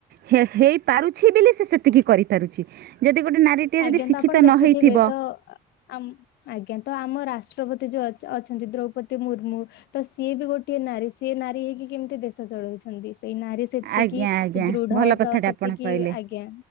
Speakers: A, on the right (about 70°); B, on the left (about 80°).
A: ହେ ହେଇପାରୁଛି ବୋଲି, ସେ ସେତିକି କରିପାରୁଛି। ଯଦି ଗୋଟେ ନାରୀଟିଏ,
B: ଆଜ୍ଞା
A: ଯଦି ଶିକ୍ଷିତ
B: ତ ଆପଣ ଦେଖୁଥିବେ
A: ନ ହେଇଥିବ!
B: ତ ଆମ୍ ଆଜ୍ଞା ତ ଆମ ରାଷ୍ଟ୍ରପତି ଯୋଉ ଅଚ୍ ଅଛନ୍ତି ଦ୍ରୌପଦୀ ମୁର୍ମୁ। ତ ସିଏ ବି ଗୋଟିଏ ନାରୀ ସିଏ ନାରୀ ହେଇକି କେମିତି ଦେଶ ଚଳଉଛନ୍ତି? ସେଇ ନାରୀ ସେତିକି
A: ଆଜ୍ଞା ଆଜ୍ଞା
B: ଦୃଢ
A: ଭଲ କଥାଟା
B: ତ ସେତିକି
A: ଆପଣ କହିଲେ।
B: ଆଜ୍ଞା